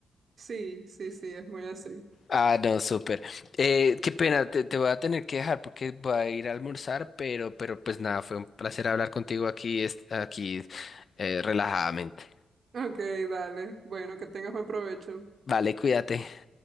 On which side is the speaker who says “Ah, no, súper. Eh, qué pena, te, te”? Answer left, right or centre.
Left